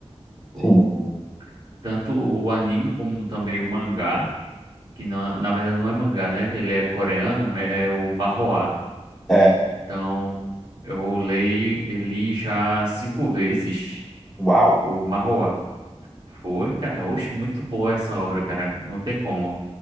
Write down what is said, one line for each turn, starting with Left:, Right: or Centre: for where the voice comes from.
Right: o...
Centre: Sim,
Right: tanto o anime como também o mangá, que não, na verdade não é mangá, né? Ele é coreano, é o Manhwa.
Centre: é,
Right: Então, eu leio ele já cinco vezes,
Centre: uau,
Right: o Manhwa. Foi, cara, oxe, muito boa essa obra, cara. Não tem como.